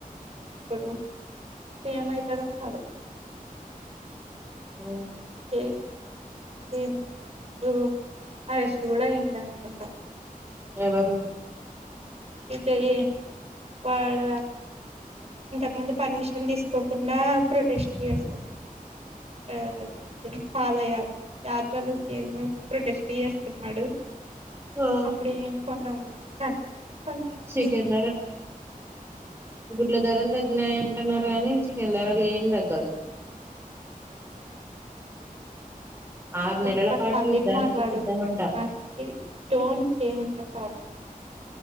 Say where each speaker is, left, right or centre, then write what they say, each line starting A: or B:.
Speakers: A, on the right; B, on the right.
A: ఇప్పుడు సీఎం అయితాడో, కాడో
B: ఆ
A: <inaudible> ఇంతకు ముందు అరెస్ట్ కూడా అయ్యింది అనుకుంటారు
B: ఎవరు
A: అయితే ఏ వాళ్ళ ఇంతకు ముందు పర్మిషన్ తీసుకోకుండా ప్రొటెస్ట్ చేస్తున్నాడు అంట ఆ సమ్థింగ్ పాద యాత్రలు ఏనో ప్రొటెస్ట్ చేస్తున్నాడు
B: ఆ
A: అప్పుడు ఇక కొంతమంది చనిపోయినారు కొంతమంది
B: చికెన్ ఇట్ల ధరలు తగ్గినాయింటున్నారు కానీ చికెన్ ధరలు ఏం తగ్గలే ఆరు నెలల
A: ఒక్క
B: పాటు
A: టాపిక్
B: యుద్ధానికి
A: మాట్లాడు
B: సిద్ధమంట
A: నాకి డోంట్ చేంజ్ ద టాపిక్